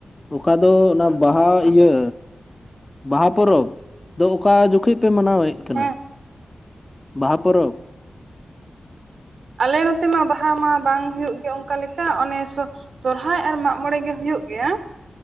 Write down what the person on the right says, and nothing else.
ᱦᱮᱸ
ᱟᱞᱮ ᱱᱚᱛᱮ ᱢᱟ ᱵᱟᱦᱟ ᱢᱟ ᱵᱟᱝ ᱦᱩᱭᱩᱜ ᱜᱮᱭᱟ ᱚᱱᱠᱟ ᱞᱮᱠᱟ ᱚᱱᱮ ᱥᱚᱨᱦᱟᱭ ᱟᱨ ᱢᱟᱜᱽ ᱢᱚᱸᱬᱮ ᱜᱮ ᱦᱩᱭᱩᱜ ᱜᱮᱭᱟ᱾